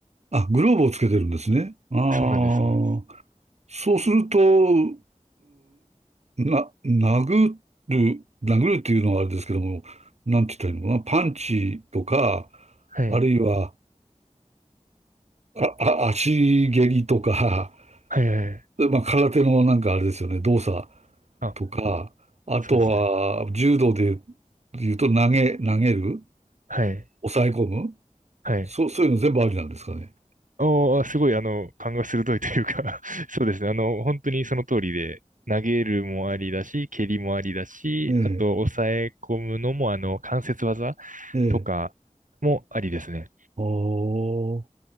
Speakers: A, on the right; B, on the right.
A: あ、グローブをつけてるんですね。
B: <laughs>
A: あ
B: そうなんです、そうなんです。
A: あ。そうすると、うな、殴る、殴るっていうのはあれですけども、なんて言ったらいいのかな。パンチとか、
B: はい。
A: あるいは、あ、あ、足蹴りとか、
B: はいはいはい。
A: <laughs> まあ、空手のなんかあれですよね、動作。
B: あ、
A: とか、あとは、
B: そうですね。
A: 柔道で言うと投げ、投げる
B: はい。
A: 抑え込む
B: はい。
A: そう、そういうの全部ありなんですかね。
B: おー、すごい、あの、勘が鋭いというか <laughs> そうですね。あの、本当にその通りで、投げるもありだし、蹴りもありだし、
A: え
B: あと、抑え込むのも、あの、関節技
A: え、ええ。
B: とかもありですね。
A: ああ、